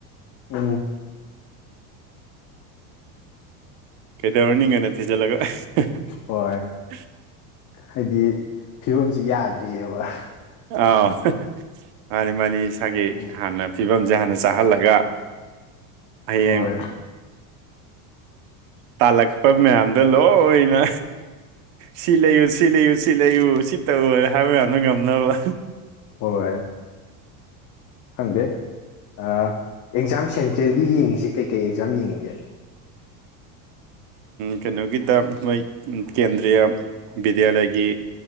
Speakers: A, on the left; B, on the right.
A: ꯎꯝ
B: ꯀꯩꯗꯧꯔꯨꯅꯤ ꯉꯟꯅ ꯊꯤꯖꯜꯂꯒ <unintelligible>
A: ꯍꯣꯏ ꯍꯥꯏꯗꯤ ꯐꯤꯕꯝꯁꯤ ꯌꯥꯗ꯭ꯔꯤꯑꯕ
B: ꯑꯥꯎ <unintelligible> ꯃꯥꯅꯤ ꯃꯥꯅꯤ ꯏꯁꯥꯒꯤ
A: ꯎꯝ
B: ꯍꯥꯟꯅ ꯐꯤꯕꯝꯁꯦ ꯍꯥꯟꯅ ꯆꯥꯍꯜꯂꯒ ꯍꯌꯦꯡ
A: ꯍꯣꯏ
B: ꯇꯥꯜꯂꯛꯄ ꯃꯌꯥꯝ ꯗ ꯂꯣꯏꯅ ꯁꯤ ꯂꯩꯌꯨ ꯁꯤ ꯂꯩꯌꯨ ꯁꯤ ꯂꯩꯌꯨ ꯁꯤ ꯇꯧꯅ ꯍꯥꯏꯕ ꯃꯌꯥꯝꯗ ꯉꯝ ꯉꯝꯅꯕ
A: ꯍꯣꯏ ꯈꯪꯗꯦ ꯑꯦꯛꯖꯥꯝ ꯁꯦꯟꯇ꯭ꯔꯦꯜꯒꯤ ꯌꯦꯡꯉꯁꯤ ꯀꯩꯀꯩ ꯑꯦꯛꯖꯥꯝ ꯌꯦꯡꯉꯒꯦ
B: ꯀꯩꯅꯣꯒꯤꯗ ꯃꯣꯏ ꯀꯦꯟꯗ꯭ꯔꯤꯌꯥ ꯕꯤꯗ꯭ꯌꯥꯂꯌꯥꯒꯤ